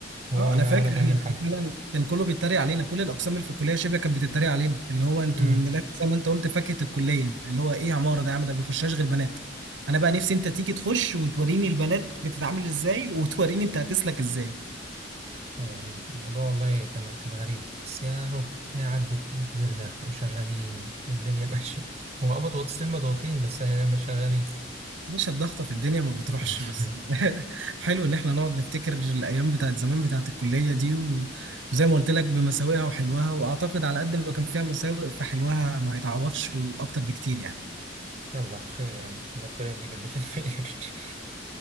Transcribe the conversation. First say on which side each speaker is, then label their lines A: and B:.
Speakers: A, on the right; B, on the right.
A: هو
B: اه
A: <laughs>
B: انا
A: ولا
B: فاكر
A: ولا فاهمين
B: احنا
A: حاجة
B: إحنا فعلا كان كله بيتريق علينا كل الاقسام اللي في الكليه شبه كانت بتتريق علينا اللي هو انتوا
A: امم
B: من الاخر زي ما انت قلت فاكهه الكليه اللي هو ايه يا عماره ده يا عم ده ما بيخشهاش غير بنات انا بقى نفسي انت تيجي تخش وتوريني البنات بتتعامل ازاي وتوريني انت هتسلك ازاي
A: يا عم الموضوع والله كان كان غريب بس يا هو يا عدت وكبرنا وشغالين والدنيا <laughs> ماشية هو اه مضغوط ستيل مضغوطين بس هي ما شغالين
B: مش الضغطة في الدنيا ما بتروحش
A: <laughs>
B: بس <laughs> حلو إن إحنا نقعد نفتكر الأيام بتاعت زمان بتاعت الكلية دي و- وزي ما قلت لك بمساوئها وحلوها وأعتقد على قد ما كان فيها مساوئ فحلوها ما يتعوضش وأكتر بكتير يعني
A: يلا خير يا عم ربنا يجيب اللي فيه الخير